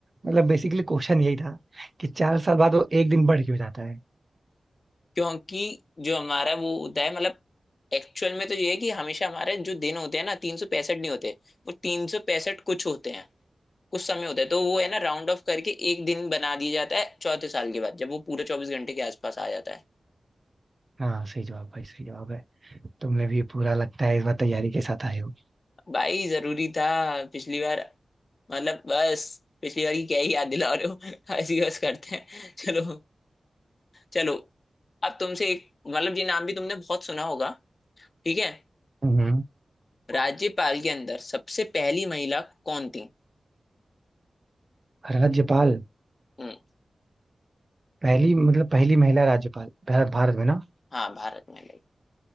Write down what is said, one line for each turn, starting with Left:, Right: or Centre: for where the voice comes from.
Right: मतलब बेसिकली क्वेश्चन यही था कि चार साल बाद वो एक दिन बढ़ क्यों जाता है
Left: क्योंकि जो हमारा वो होता है मतलब एक्चुअल में तो ये है कि हमेशा हमारे जो दिन होते हैं ना तीन सौ पैंसठ नहीं होते वो तीन सौ पैंसठ कुछ होते हैं कुछ समय होता है तो वो है ना राउंड ऑफ करके एक दिन बना दिया जाता है चौथे साल के बाद जब वो पूरा चौबीस घंटे के आसपास आ जाता है
Right: हाँ सही जवाब भाई सही जवाब है तुमने भी पूरा लगता है इस बार तैयारी के साथ आए हो
Left: भाई जरूरी था पिछली बार मतलब बस पिछली बार की क्या ही याद दिला रहे हो <laughs> ऐसी बस करते हैं चलो चलो अब तुमसे एक मतलब ये नाम भी तुमने बहुत सुना होगा ठीक है
Right: हम्म।
Left: राज्यपाल के अंदर सबसे पहली महिला कौन थी
Right: राज्यपाल
Left: हम्म,
Right: पहली मतलब पहली महिला राज्यपाल भारत भारत में ना
Left: हाँ भारत में भाई